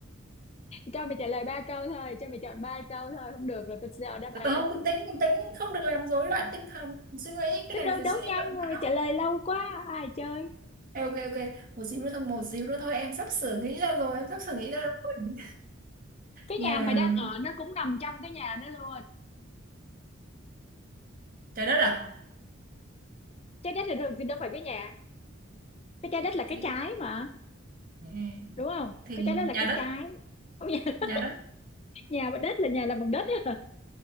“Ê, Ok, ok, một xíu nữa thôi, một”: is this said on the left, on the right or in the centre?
Right